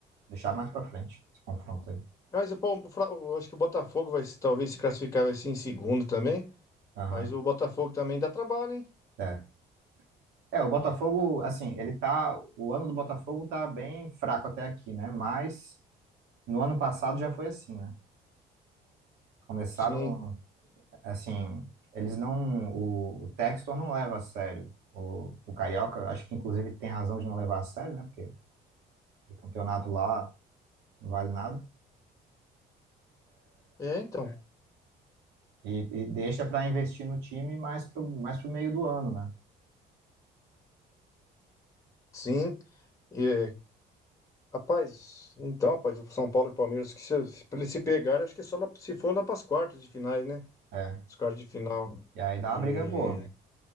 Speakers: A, on the right (about 80°); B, on the left (about 20°).
A: Deixar mais pra frente esse confronto aí.
B: Mas o, Palme- o Fla- o- acho que o Botafogo vai se- talvez se classificar vai ser em segundo também.
A: Aham.
B: Mas o Botafogo também dá trabalho, hein?
A: É. É, o Botafogo, assim, ele tá. O ano do Botafogo tá bem fraco até aqui, né? Mas no ano passado já foi assim, né? Começaram,
B: Sim.
A: assim, eles não. O, o Textor não leva a sério. O, o Carioca, acho que inclusive tem razão de não levar a sério, né? Porque o campeonato lá não vale nada.
B: É, então.
A: E, e deixa pra investir no time mais pro, mais pro meio do ano, né?
B: Sim. E, é, rapaz, então, rapaz, o São Paulo e o Palmeiras, que se, se, pra eles se pegarem, acho que é só lá- se for lá para as quartas de finais, né?
A: É.
B: As quartas de final.
A: E aí dá
B: E.
A: uma briga boa.